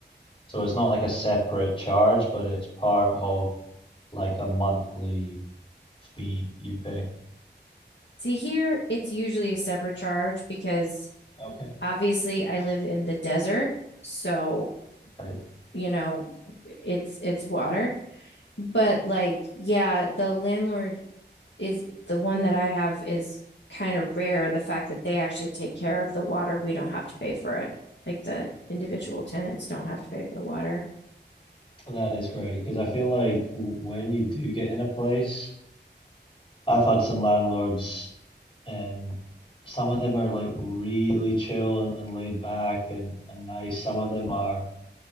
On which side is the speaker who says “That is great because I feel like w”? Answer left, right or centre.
Left